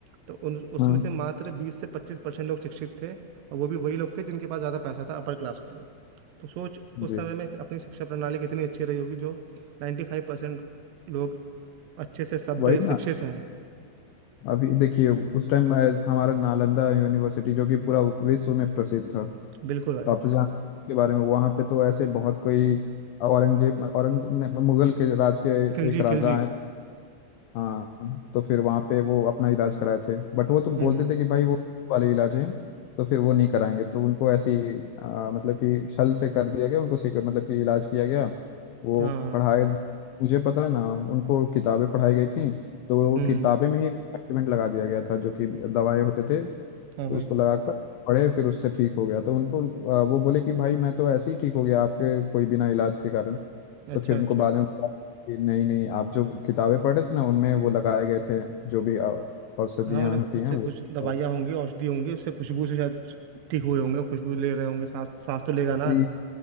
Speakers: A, on the right; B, on the left.
A: तो उन उसमें
B: हाँ
A: से मात्र बीस से पच्चीस परसेंट लोग शिक्षित थे और वो भी वही लोग थे जिनके पास ज़्यादा पैसा था अपर क्लास के लोग तो सोच उस
B: जी
A: समय में अपनी शिक्षा प्रणाली कितनी अच्छी रही होगी जो 95% फाइव परसेंट लोग अच्छे से सभ्य
B: वही
A: शिक्षित
B: ना
A: हैं
B: अभी देखिए उस टाइम हमारा नालंदा यूनिवर्सिटी जो कि पूरा विश्व में प्रसिद्ध था तो
A: बिल्कुल भाई
B: आप तो जानते हैं इसके बारे में वहाँ पे तो ऐसे बहुत कोई औरंगजेब औरंग ने- मुगल के राज के
A: खिलजी
B: एक राजा
A: खिलजी
B: हैं हाँ तो फिर वहाँ पे वो अपना इलाज कराए थे बट वो तुम
A: हम्म
B: बोलते
A: हम्म,
B: थे कि भाई वो वाले इलाज हैं तो फिर वो नहीं कराएंगे तो उनको ऐसी आ, मतलब कि छल से कर दिया गया उनको सिक- मतलब कि इलाज किया गया वो
A: हाँ
B: पढ़ाए मुझे पता है ना उनको किताबें पढ़ाई गई थी तो वो
A: हम्म
B: किताबें में ही एक्सपेरिमेंट लगा दिया गया था जो कि दवाएं होते थे
A: हाँ
B: तो
A: भाई
B: उसको लगाकर पड़े फिर उससे ठीक हो गया तो उनको आ, वो बोले कि भाई मैं तो ऐसे ही ठीक हो गया आपके कोई बिना इलाज के कारण
A: अच्छा
B: तो फिर उनको
A: अच्छा
B: बाद में पता कि नहीं नहीं आप जो किताबें पढ़े थे ना उनमें वो लगाए गए थे जो भी औ- औषधियाँ
A: हाँ मतलब
B: होती
A: उससे
B: हैं वो
A: कुछ दवाइयाँ
B: और
A: होंगी औषधि होंगी उससे खुशबू से शायद ठीक हुए होंगे खुशबू ले रहे होंगे सांस सांस तो लेगा ना
B: फिर
A: आदमी
B: ये